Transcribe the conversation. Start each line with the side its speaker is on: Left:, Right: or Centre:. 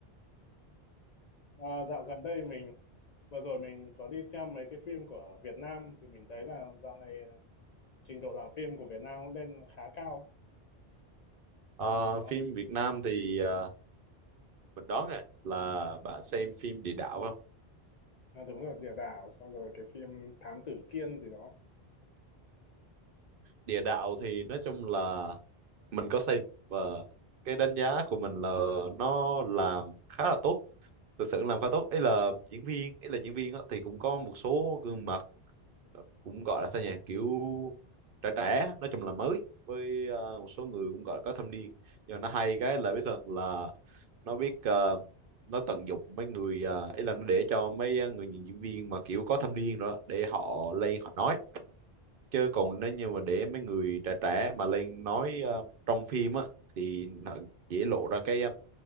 Left: à, dạo gần đây mình vừa rồi mình có đi xem mấy cái phim của Việt Nam thì mình thấy là dạo này ờ, trình độ làm phim của Việt Nam cũng lên khá cao
Right: Ờ,
Left: nó
Right: phim Việt Nam thì ờ, mình đoán à, là bạn xem phim địa đạo phải không
Left: à, đúng rồi địa đạo sau rồi cái phim Thám Tử Kiên gì đó
Right: địa
Left: ừ.
Right: đạo thì nói chung là mình có xây và cái đánh giá của mình là nó làm khá là tốt thực sự làm khá
Left: Ừ.
Right: tốt ấy là diễn viên ấy là diễn viên á, thì cũng có một số gương mặt cũng gọi là sao nhỉ kiểu trẻ trẻ nói chung là mới với ờ, một số người cũng gọi có thâm niên nhưng mà nó hay cái là biết sao là nó biết ờ, nó tận dụng mấy người uh, ý là nó để cho mấy ờ, người diễn viên mà kiểu có thâm niên rồi đó để họ lên họ nói chứ còn nếu như mà để mấy người trẻ trẻ mà lên nói ờ, trong phim á thì nó dễ lộ ra cái ờ,